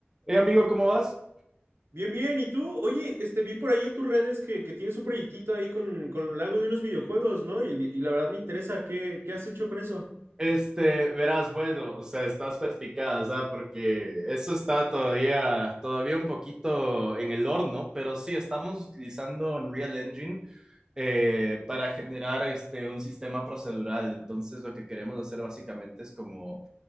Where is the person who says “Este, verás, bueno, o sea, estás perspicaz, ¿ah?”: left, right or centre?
Right